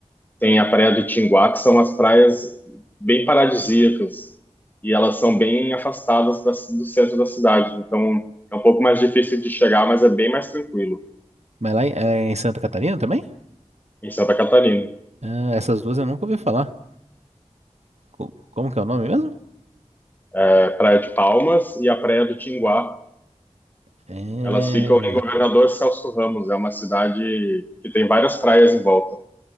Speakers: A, on the left (about 15°); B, on the right (about 65°).
A: tem a Praia do Tinguá, que são as praias bem paradisíacas. E elas são bem afastadas da, do centro da cidade. Então é um pouco mais difícil de chegar, mas é bem mais tranquilo.
B: Mas lá em, é em Santa Catarina também?
A: Em Santa Catarina.
B: Ah, essas duas eu nunca ouvi falar. Co- Como que é o nome mesmo?
A: É a Praia de Palmas e a Praia do Tinguá,
B: É.
A: Elas ficam em Governador Celso Ramos, é uma cidade que tem várias praias em volta.